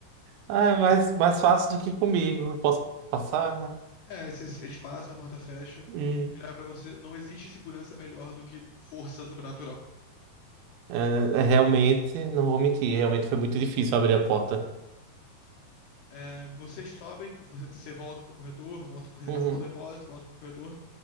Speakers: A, on the right; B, on the left.
A: ah, é mais, mais fácil do que comigo. Posso passar?
B: É, esse espaço, a porta fecha,
A: Hum.
B: ele olha pra você. Não existe segurança melhor do que força sobrenatural.
A: É, é, realmente, não vou mentir, realmente foi muito difícil abrir a porta.
B: É, vocês sobem, você você volta pro corredor, volta, você
A: Uhum.
B: passa pelo depósito, volta pro corredor,